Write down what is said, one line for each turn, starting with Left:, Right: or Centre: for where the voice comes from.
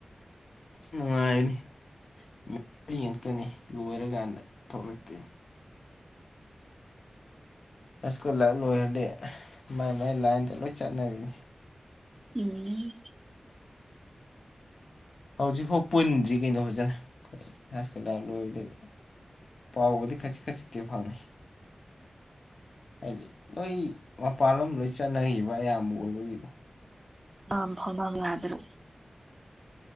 Left: ꯅꯨꯡꯉꯥꯏꯅꯤ ꯃ ꯌꯦꯛꯇꯅꯤ ꯂꯣꯏꯔꯀꯥꯟꯗ ꯊꯣꯛ <unintelligible> ꯂꯛꯇꯦ ꯍꯥꯏ ꯁ꯭ꯀꯨꯜ ꯂꯥꯏꯐ ꯂꯣꯏꯔꯗꯤ ꯃꯥꯏ ꯃꯥꯏ ꯂꯥꯏꯟꯗ ꯂꯣꯏ ꯆꯠꯅꯔꯅꯤ
Right: ꯎꯝ
Left: ꯍꯧꯖꯤꯛꯐꯥꯎ ꯄꯨꯟꯗ꯭ꯔꯤ ꯀꯩꯅꯣ ꯐꯖꯅ ꯍꯥꯏ ꯁ꯭ꯀꯨꯜ ꯂꯥꯏꯐ ꯂꯣꯏꯕꯗꯒꯤ ꯄꯥꯎꯕꯨꯗꯤ ꯈꯖꯤꯛ ꯈꯖꯤꯛꯇꯤ ꯐꯥꯎꯅꯩ ꯍꯥꯏꯗꯤ ꯂꯣꯏ ꯃꯄꯥꯟꯂꯣꯝ ꯂꯣꯏ ꯆꯠꯅꯈꯤꯕ ꯑꯌꯥꯝꯕ ꯑꯣꯏꯕꯨꯗꯤ
Right: ꯝ ꯐꯥꯎꯗ ꯌꯥꯗ꯭ꯔꯣ <unintelligible>